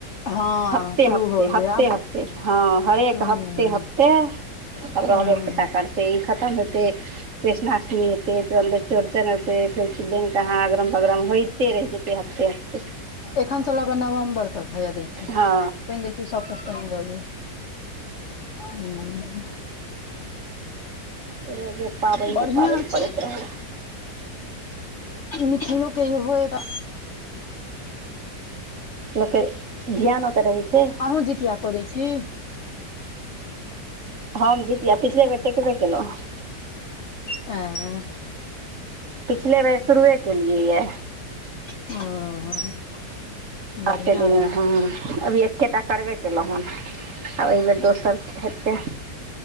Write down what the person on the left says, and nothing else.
हँ
शुरू
भऽ
गेलै आब
हूँ
हँ
एखन से लऽ के नवम्बर तक हैया दै छियैन।
ई सबके पानि द देने, हुं।
बढ़िआँ
छै
मिथिलो के होएगा।
अहूँ जितिया करै छी?
आँ।
ओ। बढ़िया
य